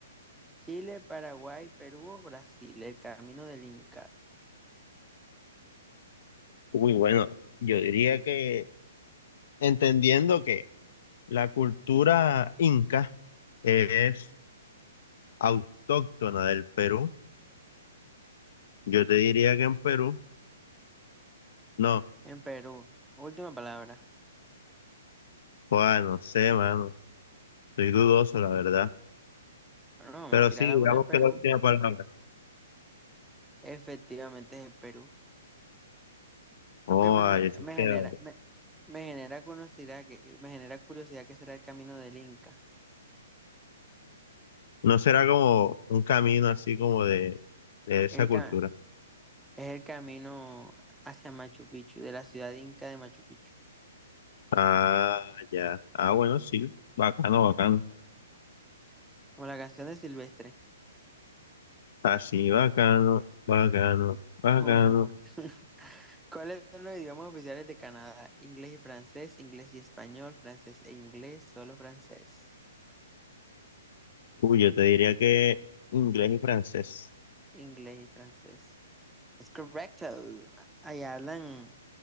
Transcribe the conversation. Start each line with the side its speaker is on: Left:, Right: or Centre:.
Centre: Chile, Paraguay, Perú o Brasil. El Camino del Inca.
Left: Uy, bueno, yo diría que entendiendo que la cultura inca es autóctona del Perú, yo te diría que en Perú. No,
Centre: En Perú. Última palabra.
Left: joder, no sé, mano. Estoy dudoso, la verdad.
Centre: Bueno, vamos
Left: Pero
Centre: a tirarla
Left: sí, digamos
Centre: por el Perú.
Left: que la última palabra.
Centre: Efectivamente es el Perú.
Left: Oh,
Centre: Aunque me,
Left: ay,
Centre: jone-
Left: eso
Centre: me genera,
Left: queda.
Centre: me, me genera curiosidad que me genera curiosidad que será el camino del Inca.
Left: No será como un camino así como de, de esa
Centre: El
Left: cultura.
Centre: ca- es el camino hacia Machu Picchu, de la ciudad inca de Machu Picchu.
Left: Ah, ya. Ah, bueno, sí. Bacano, bacano.
Centre: Como la canción de Silvestre. <laughs>
Left: Así, bacano, bacano, bacano.
Centre: Bueno, bueno. <laughs> ¿Cuáles son los idiomas oficiales de Canadá? Inglés y francés, inglés y español, francés e inglés, solo francés.
Left: Uy, yo te diría que inglés y francés.
Centre: Inglés y francés. Es correcto. Allá hablan